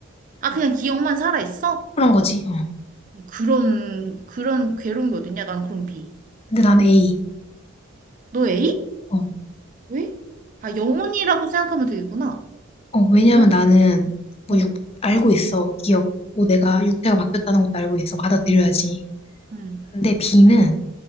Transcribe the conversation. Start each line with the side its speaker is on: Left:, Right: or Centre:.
Right: 아 그냥 기억만 살아 있어?
Left: 그런 거지. 어.
Right: 그런 그런 괴로운 게 어딨냐? 난 그런 비.
Left: 근데 난 A.
Right: 너 A?
Left: 어.
Right: 왜? 아 영혼이라고 생각하면 되겠구나.
Left: 어, 왜냐면
Right: 그냥
Left: 나는 뭐
Right: 어,
Left: 육, 알고 있어. 기억. 뭐 내가 육태가 바뀌었다는 것도 알고 있어. 받아들여야지.
Right: 음,
Left: 근데 비는